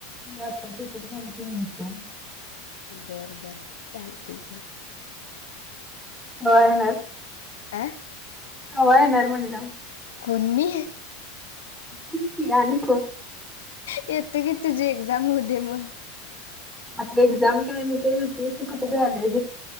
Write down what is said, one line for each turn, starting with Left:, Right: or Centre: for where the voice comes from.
Centre: <inaudible> आता पेपर झालीत की मग येतो.
Left: बर बर चालतंय घे
Centre: कवा येणार?
Left: आ
Centre: कवा येणार म्हणलं
Left: कोण मी?
Centre: तूच की आनी
Left: येतो की तुझी एक्झाम होऊ दे मग
Centre: आपली एक्झाम काय नेहमीच होते कुठ द आले